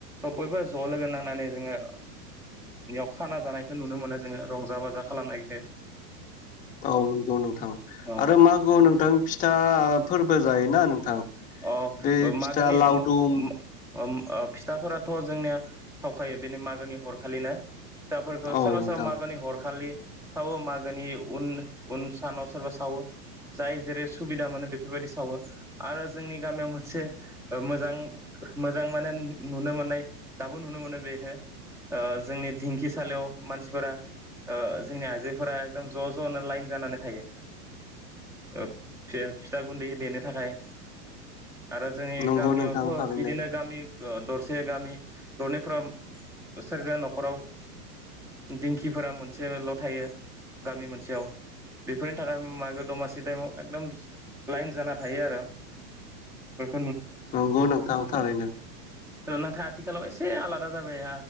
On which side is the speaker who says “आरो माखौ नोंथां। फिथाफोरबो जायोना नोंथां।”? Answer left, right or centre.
Left